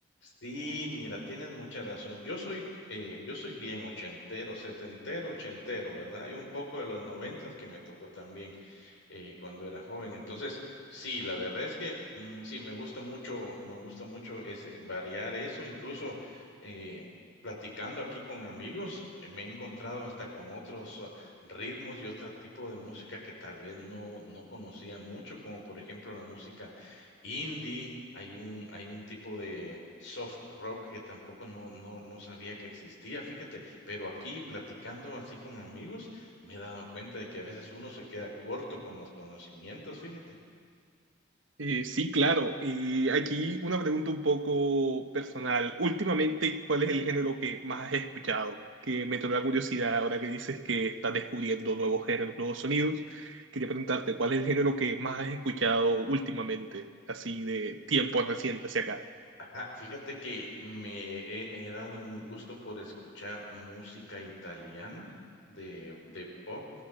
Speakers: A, on the left; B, on the right.
A: Sí, mira, tienes mucha razón. Yo soy, eh, yo soy bien ochentero, setentero, ochentero, ¿verdad? Y un poco de los noventas que me tocó también. eh, cuando era joven. Entonces, sí, la verdad es que mm, sí, me gusta mucho, me gusta mucho ese, variar eso, incluso eh, platicando aquí con amigos, me he encontrado hasta con otros ah, ritmos y otro tipo de música que tal vez no, no conocía mucho, como por ejemplo la música indie. Hay un, hay un tipo de soft rock que tampoco no, no, no sabía que existía, fíjate, pero aquí platicando así con amigos, me he dado cuenta de que a veces uno se queda corto con los conocimientos, fíjate.
B: Eh, sí, claro. Y aquí una pregunta un poco personal. Últimamente, ¿cuál es el género que más has escuchado? Que me trae la curiosidad ahora que dices que estás descubriendo nuevos géneros, nuevos sonidos. Quería preguntarte, ¿cuál es el género que más has escuchado últimamente, así de tiempo reciente hacia acá?
A: Ajá, fíjate que me he, he dado un gusto por escuchar música italiana, de, de pop